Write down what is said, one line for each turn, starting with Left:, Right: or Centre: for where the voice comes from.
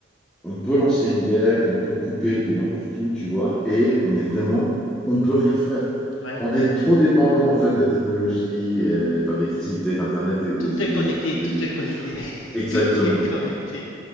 Centre: on peut lancer une guerre et on peut couper de n'importe où, tu vois, et
Left: Ouais,
Centre: on est vraiment, on ne peut rien faire.
Left: ouais,
Centre: On est trop dépendant en fait de la technologie,
Left: ouais.
Centre: et, enfin, de l'électricité, d'internet, et des,
Left: Tout est
Centre: des-
Left: connecté, tout
Centre: des-
Left: est connecté. <laughs>
Centre: exactement.
Left: Tout est connecté.